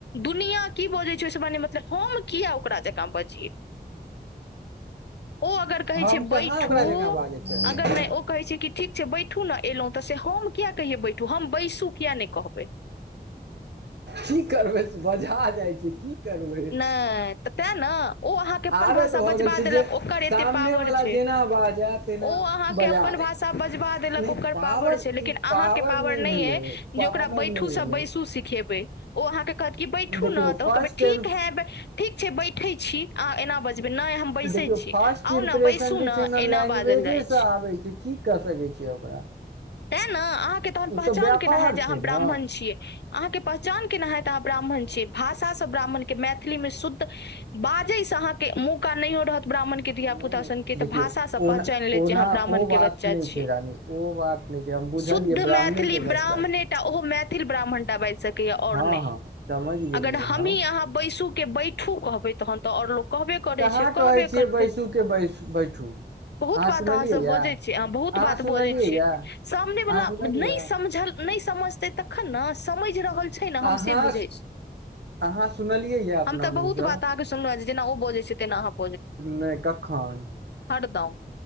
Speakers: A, on the left; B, on the right.
A: दुनिया की बजे छै ओहिसे हमरा कीमतलब हम किया ओकरा जकाँ बज ओ अगर कहै
B: हम
A: छै बैठू
B: कहाँ ओकरा जकाँ बाजै छै
A: अगर नहि ओ कहै छै कि ठीक छै बैठू ने एलहुँ तऽ से हम किया कहियै बैठू हम बैसू किया नहि कहबै
B: की करबै से बजा जाइ छै की करबै
A: नहि तऽ तें ने ओ अहाँके अपन
B: आदत
A: भाषा
B: भऽ
A: बजबा
B: गेल छै
A: देलक
B: जे
A: ओकरे
B: सामने
A: ए पावर
B: वाला
A: छै
B: जेना बाजै तेना
A: ओ अहाँके
B: बजा
A: अपन
B: दै
A: भाषा बजबा देलक
B: नहि
A: ओकर पावर छै लेकिन
B: ई
A: अहाँके पावर नहि
B: भेलै
A: अइ जे
B: पावर
A: ओकरा बैठू
B: नहि भेलै
A: से बैसू सिखेबै ओ अहाँके कहत की बैठू
B: देखियौ
A: न त ओ
B: फर्स्ट
A: ठीक
B: टाइम
A: है ठीक छै बैठे छी अह एना बजबै नहि हम बैसै
B: देखियौ
A: छी
B: फर्स्ट
A: आउ
B: इम्प्रेशन
A: ने बैसू
B: जे छै ने
A: एना
B: लैंग्वेजे
A: बाजल जाइ
B: से आबै छै की क सकै छियै ओकरा
A: तैं ने अहाँके तहन पहचान
B: ओ तऽ व्यापार
A: केना है जे अहाँ
B: छै ने
A: ब्राह्मण छियै अहाँके पहचान केना हत अहाँ ब्राह्मण छीै भाषासँ ब्राह्मणके मैथिली में शुद्ध बाजै से अहाँके मुँह क नहि हो रहत ब्राह्मणके धिया
B: नहि
A: पुता
B: नहि
A: सनके
B: देखियौ
A: तऽ भाषासँ
B: ओना
A: पहचानि लेत
B: ओना
A: जे अहाँ ब्राह्मणके
B: ओ बात
A: बच्चा
B: नहि
A: छी
B: छै रानी ओ बात नहि छै हम बुझलियै
A: शुद्ध
B: ब्राह्मणे
A: मैथिली
B: के
A: ब्राह्मणे
B: बच्चा
A: टा ओहो मैथिल ब्राह्मण टा बाजि सकैए
B: छै
A: आओर
B: हँ
A: नहि
B: हँ समझ गेलियै
A: अगर हमही
B: हम
A: अहाँ बैसू के बैठू कहबै तहन तऽ आओर लोक कहबे करै
B: कहाँ
A: छै कहबे
B: कहै छियै
A: करतै
B: बैसू के बैस बैठू
A: बहुत
B: अहाँ
A: बात
B: सुनलियै
A: अहाँसभ
B: यए
A: बजै छीयै अहाँ बहुत बात
B: सुनलियै
A: बजै छियै
B: यए अहाँ
A: सामने वलाा
B: सुनलियै
A: नहि
B: या
A: समझल नहि समझतै तखन ने समझ रहल ने हम
B: अहाँ
A: बुझै छी
B: अहाँ सुनलियै यए अपना
A: त
B: मुँहसँ
A: बहु ब सुन जेना ओ बजे छै तेना हमहु
B: नहि कखन
A: हरदम